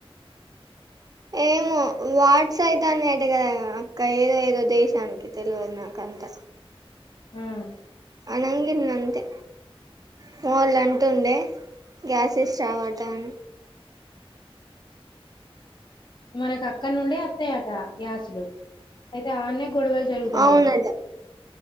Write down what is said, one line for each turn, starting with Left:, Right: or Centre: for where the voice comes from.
Right: ఏమో వాడ్స్ అయితన్నయ్ అంట కదా అక్క ఏదో ఏదో దేశానికి తెల్వదు నాకు అంత
Left: మ్మ్
Right: అన్నం గిన్ అంతే పోవళ్ళా అంటుండే గ్యాసెస్ రావంట అన్
Left: మనకు అక్కడ నుండే వత్తాయట గ్యాసులు అయితే ఆన్న గొడవలు జరుగుతన్నయి
Right: అవునట
Left: అట